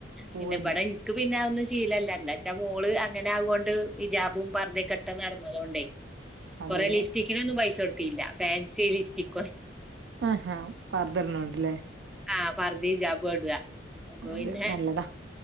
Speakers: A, on the right (about 70°); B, in the centre.
A: പൂവന്നെ
B: പിന്നെബടെ നമ്മക്ക് പിന്നെ അതൊന്നും ശീലല്ല എന്താ ച്ചാ മോള് അങ്ങനെ അവോണ്ട് ഹിജാബും പാർദെക്കെ ഇട്ട് നടന്നതൊണ്ടയ്
A: അതെ
B: കൊറെ
A: അതെ
B: ലിഫ്റ്റിക്കിന് ഒന്നും പൈസ കൊടുത്തില്ല ഫാൻസി ഫാൻസി ലിഫ്റ്റിക്കോ
A: ആഹാ പർദ്ദട്ണോണ്ട്ല്ലേ
B: ആ പർദ്ദയും ഹിജാബുഇടാ അപ്പൊ
A: അതെ
B: പിന്നെ
A: നല്ലതാ